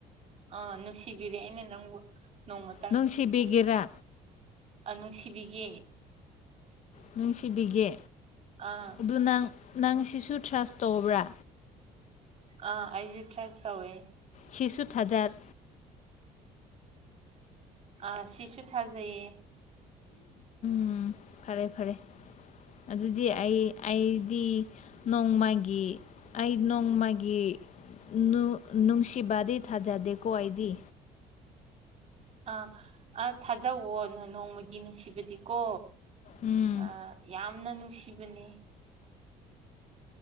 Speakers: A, on the right; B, on the left.
A: ꯑꯥ ꯅꯨꯡꯁꯤꯕꯤꯔꯦ ꯑꯩꯅ ꯅꯪꯕꯨ ꯅꯣꯡꯃꯇꯪ꯫
B: ꯅꯨꯡꯁꯤꯕꯤꯒꯦꯔꯥ
A: ꯅꯨꯡꯁꯤꯕꯤꯒꯦ
B: ꯅꯨꯡꯁꯤꯕꯤꯒꯦ
A: ꯑꯥ
B: ꯑꯗꯨꯅꯪ ꯅꯪꯁꯤꯁꯨ ꯇ꯭ꯔꯁ ꯇꯧꯕ꯭ꯔꯥ꯫
A: ꯑ ꯑꯩꯖꯨ ꯊ꯭ꯔꯁ ꯇꯧꯋꯦ꯫
B: ꯁꯤꯁꯨ ꯊꯖꯠ
A: ꯑ ꯁꯤꯁꯨ ꯊꯥꯖꯩꯌꯦ꯫
B: ꯎꯝ ꯐꯔꯦ ꯐꯔꯦ ꯑꯗꯨꯗꯤ ꯑꯩ ꯑꯩꯗꯤ ꯅꯣꯡꯃꯥꯒꯤ ꯑꯩ ꯅꯣꯡꯃꯥꯒꯤ ꯅꯨ ꯅꯨꯡꯁꯤꯕꯗꯤ ꯊꯥꯖꯗꯦꯀꯣ ꯑꯩꯗꯤ
A: ꯑꯥ ꯑꯥ ꯊꯥꯖꯧꯑꯣ ꯅ ꯅꯣꯡꯃꯒꯤ ꯅꯨꯡꯁꯤꯕꯗꯤꯀꯣ
B: ꯎꯝ
A: ꯑ ꯌꯥꯝꯅ ꯅꯨꯡꯁꯤꯕꯅꯦ꯫